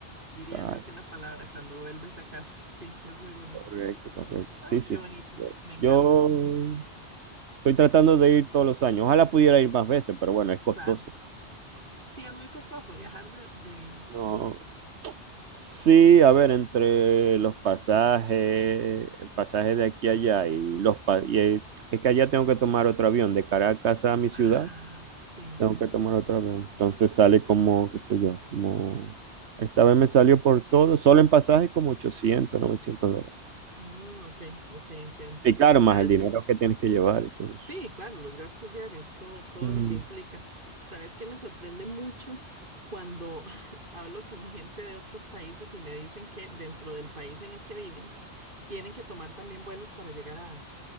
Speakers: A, on the right (about 50°); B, on the right (about 75°).
A: diría
B: Exacto,
A: yo que la palabra, cuando vuelves a casa. Sí, es muy bonito.
B: correcto, correcto. Sí,
A: Ay, qué
B: sí.
A: bonito.
B: Yo
A: Me encanta.
B: yo estoy tratando de ir todos los años. Ojalá pudiera ir más veces, pero bueno, es costoso.
A: Claro. Sí, es muy costoso viajar de, de...
B: No. Sí, a ver, entre los pasajes, el pasaje de aquí a allá y los pa- y eh, es que allá tengo que tomar otro avión de Caracas a mi ciudad,
A: Ah, sí.
B: tengo que tomar otro avión. Entonces sale como, qué sé yo, como esta vez me salió por todo, solo en pasajes como 800 900 dólares.
A: Mm, ok, ok, entiendo.
B: Y claro,
A: ¿Sabes?
B: más el dinero que tienes que llevar y todo
A: Sí,
B: eso.
A: claro, los gastos diarios, todo, todo
B: Mm.
A: lo que implica. Sabes que me sorprende mucho cuando <laughs> hablo con gente de otros países y me dicen que dentro del país en el que viven tienen que tomar también vuelos para llegar a,